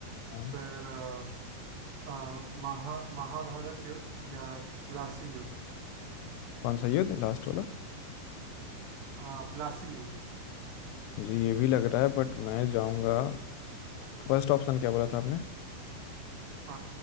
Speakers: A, on the left; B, on the right.
A: हाँ,
B: फिर अ, अ, महा महाभारत युद्ध या प्लासी युद्ध
A: कौन सा युद्ध लास्ट वाला
B: अ, प्लासी युद्ध
A: मुझे ये भी लग रहा है बट मैं जाऊंगा फर्स्ट ऑप्शन क्या बोला था आपने
B: अ,